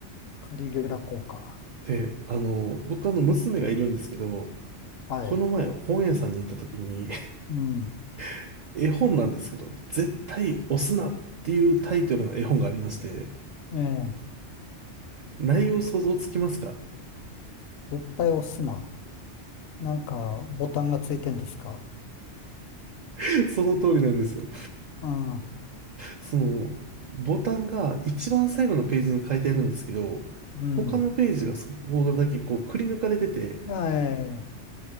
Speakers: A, on the left; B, on the right.
A: カリギュラ効果。
B: で、あの、僕あの娘がいるんですけど、
A: はい。
B: この前本屋さんに行った時に
A: うん。
B: <laughs> 絵本なんですけど、絶対押すなっていうタイトルの絵本がありまして、
A: ええ。
B: 内容想像つきますか
A: 絶対押すな。なんか、ボタンがついてんですか
B: <laughs> その通りなんですよ。
A: うん。
B: その、ボタンが一番最後のページに書いてあるんですけど、
A: うん。
B: 他のページがそこだけこうくり抜かれてて、
A: いやええ。